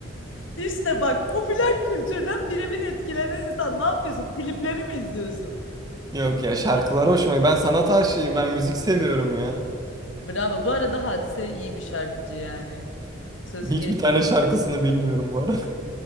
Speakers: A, on the left; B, on the right.
A: İşte bak popüler kültürden birebir etkilenen insan ne yapıyorsun? Klipleri mi izliyorsun?
B: Yok ya şarkılar hoşuma. Ben sanat aşığıyım. Ben müzik seviyorum ya.
A: Bravo. Bu arada Hadise iyi bir şarkıcı yani. Sözü
B: Hiçbir tane şarkısını bilmiyorum bu arada.